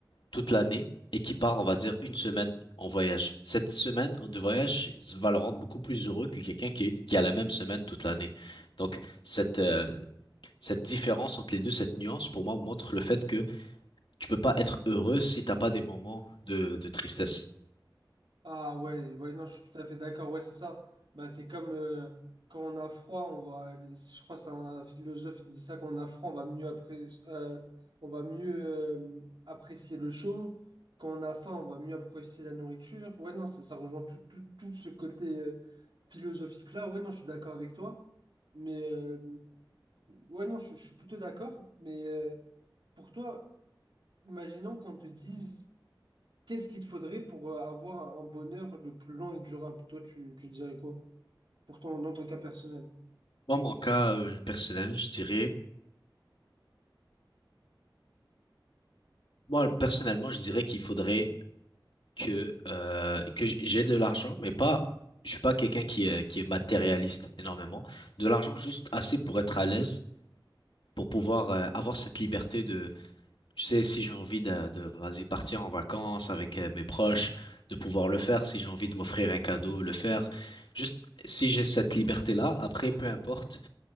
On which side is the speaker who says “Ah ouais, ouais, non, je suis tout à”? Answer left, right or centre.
Right